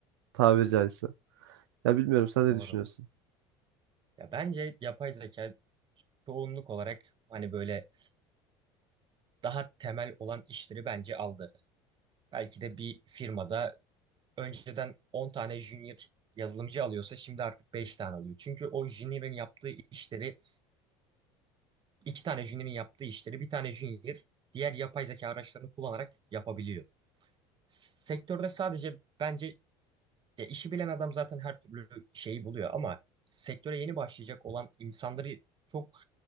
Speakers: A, on the right; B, on the right.
A: tabiri caizse. Ya bilmiyorum sen ne
B: Doğru.
A: düşünüyorsun?
B: Ya bence yapay zeka çoğunluk olarak hani böyle daha temel olan işleri bence aldı. Belki de bir firmada önceden 10 tane junior yazılımcı alıyorsa şimdi artık 5 tane alıyor. Çünkü o junior'ın yaptığı işleri, iki tane junior'ın yaptığı işleri bir tane junior diğer yapay zeka araçlarını kullanarak yapabiliyor. Sektörde sadece bence ya işi bilen adam zaten her türlü şeyi buluyor ama sektöre yeni başlayacak olan insanları çok